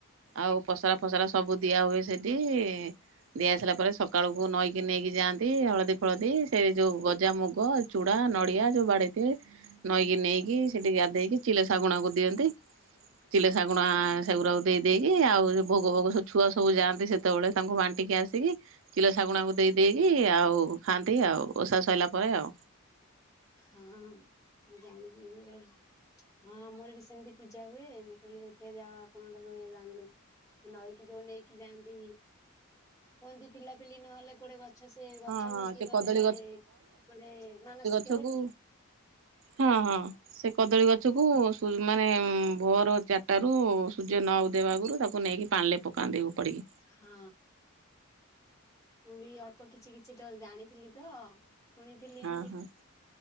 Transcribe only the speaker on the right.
ଆଉ ପସରା ଫସରା ସବୁ ଦିଆ ହୁଏ ସେଠି ଦିଆ ହେଇସାଇଲା ପରେ ସକାଳକୁ ନଈକି ନେଇକି ଯାଆନ୍ତି, ହଳଦୀ ଫଳଦୀ ସେଇ ଯୋଉ ଗଜାମୁଗ, ଚୁଡା ନଡିଆ ଯୋଉ ବାଡେଇଥିବେ, ନଈକି ନେଇକି ସେଠି ଗାଧେଇକି ଚିଲ ଶାଗୁଣାକୁ ଦିଅନ୍ତି ଚିଲେ ଶାଗୁଣା ସେଗୁରାକୁ ଦେଇ ଦେଇକି ଆଉ ଭୋଗ ଫୋଗ ସବୁ ଛୁଆ ସବୁ ଯାଆନ୍ତି ସେତେବେଳେ ତାଙ୍କୁ ବାଣ୍ଟି ଟିକେ ଆସିକି ଚିଲ ଶାଗୁଣାକୁ ଦେଇ ଦେଇକି ଆଉ ଖାଆନ୍ତି ଆଉ, ଓଷା ସଇଲା ପରେ ଆଉ।
ହଁ ହଁ
ସେ
କଦଳୀ
ଗଛ କୁ ହଁ ହଁ ସେ କଦଳୀ ଗଛକୁ ମାନେ ଭୋର ଚାରିଟାରୁ ସୂର୍ଯ୍ୟ ନ ଉଦୟ ହେବା ଆଗରୁ ତାକୁ ନେଇକି ପାଣିଲେ ପକାନ୍ତି। ଉପାଡ଼ିକି।
ହଁ
ହଁ